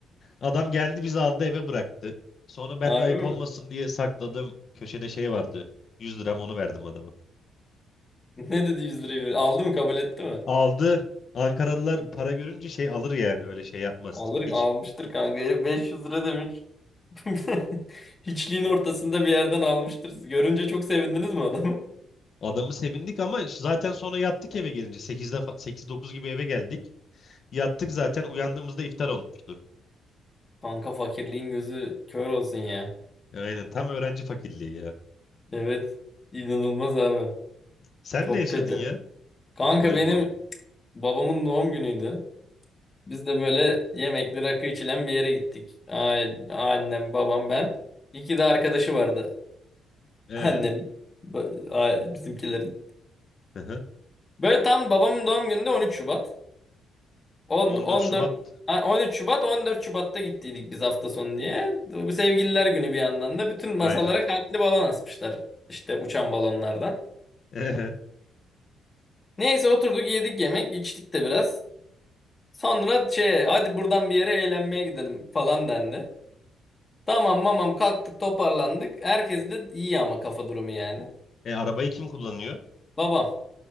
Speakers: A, on the left; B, on the left.
A: Adam geldi bizi aldı eve bıraktı. Sonra ben
B: Harbi
A: de ayıp
B: mi?
A: olmasın diye sakladım. Köşede şey vardı. 100 liram onu verdim adama.
B: Ne dedi 100 lirayı? ver- Aldı mı kabul etti mi?
A: Aldı. Ankaralılar para görünce şey alır yani öyle şey yapmaz.
B: Alır
A: Hiç
B: almıştır kanka. Herif 500 lira demiş. <laughs> Hiçliğin ortasında bir yerden almıştır. Siz Görünce çok sevindiniz mi adamı?
A: adamı sevindik ama iş- zaten sonra yattık eve gelince sekizde sekiz dokuz gibi eve geldik. Yattık zaten uyandığımızda iftar olmuştu.
B: Kanka fakirliğin gözü kör olsun ya.
A: Aynen tam öğrenci fakirliği ya.
B: Evet. İnanılmaz abi.
A: Sen
B: Çok
A: ne yaşadın
B: kötü.
A: ya?
B: Kanka
A: Böyle
B: benim
A: komik.
B: babamın doğum günüydü. Biz de böyle yemekli rakı içilen bir yere gittik. A- Annem, babam, ben. İki de arkadaşı vardı. <laughs>
A: Ee,
B: Annemin, ba- a- bizimkilerin.
A: hı hı.
B: Böyle tam babamın doğum günü de 13 Şubat. 10,
A: 14
B: 14,
A: Şubat.
B: a- 13 Şubat, 14 Şubat'ta gittiydik biz hafta sonu diye. Bu sevgililer günü bir yandan da. Bütün masalara
A: Aynen.
B: kalpli balon asmışlar. İşte uçan balonlardan.
A: Ee,
B: Neyse oturduk yedik yemek, içtik de biraz. Sonra şey hadi buradan bir yere eğlenmeye gidelim falan dendi. Tamam mamam kalktık toparlandık. Herkes de iyi ama kafa durumu yani.
A: e, arabayı kim kullanıyor?
B: Babam.